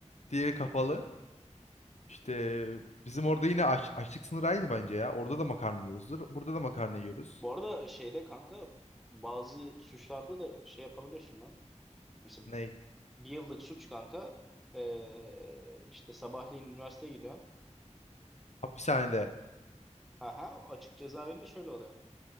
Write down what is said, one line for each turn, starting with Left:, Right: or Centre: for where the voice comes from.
Left: Diğeri kapalı.
Centre: <laughs>
Left: İşte bizim orada yine aç, açlık sınırı aynı bence ya. Orada da makarna yiyoruzdur. Burada da makarna yiyoruz.
Centre: Bu arada şeyde kanka bazı suçlarda da şey yapabiliyorsun lan. Mesela
Left: Ney?
Centre: bir yıllık suç kanka ee, işte sabahleyin üniversiteye gidiyorsun.
Left: Hapishanede.
Centre: Aha, açık cezaevinde şöyle oluyor.